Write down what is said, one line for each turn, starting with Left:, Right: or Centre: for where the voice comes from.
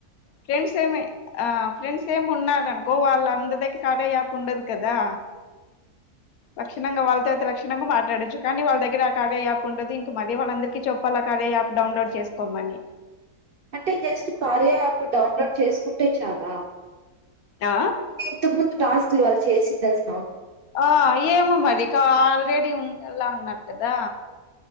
Left: ఫ్రెండ్స్ ఏమి ఆ ఫ్రెండ్స్ ఏమి ఉన్నారనుకో వాళ్ళ అంద దగ్గర కార్య యాప్ ఉండదు కదా లక్షణంగా వాళ్ళతో అయితే లక్షణంగా మాట్లాడొచ్చు కానీ వాళ్ళ దగ్గర ఆ కార్య యాప్ ఉండదు ఇంక మళ్ళీ వాళ్ళందరి చెప్పాల కార్య యాప్ డౌన్లోడ్ చేసుకోమని
Right: అంటే జస్ట్ కార్య యాప్ డౌన్లోడ్ చేసుకుంటే చాలా
Left: ఆ
Right: ఇంతకు ముందు టాస్క్ లు వాళ్ళు చేసిందస్
Left: ఆ ఏమో మరి కా ఆల్రెడీ ఉండాల్లా అన్నారు కదా